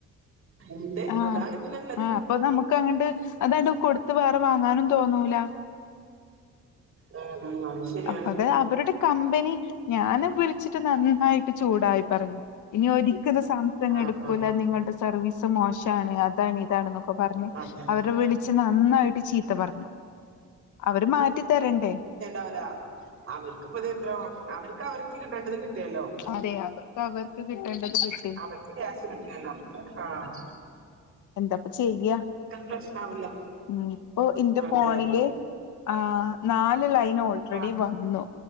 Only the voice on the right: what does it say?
ഉണ്ട്
അതാണ് പിന്നെള്ളത്
ഉം ഉം അത് ശരിയാണ്
ആ
ആ
അതെ
അല്ല അവർക്കിപ്പതെത്രോ അവരെ ക്കെ അവർക്ക് കിട്ടേണ്ടത് കിട്ടിയല്ലോ
അവർക്ക് ക്യാഷ് കിട്ടിയല്ലോ ആഹ്‌
പ്രശ്നാവില്ല
അതെ
അതെ
ആ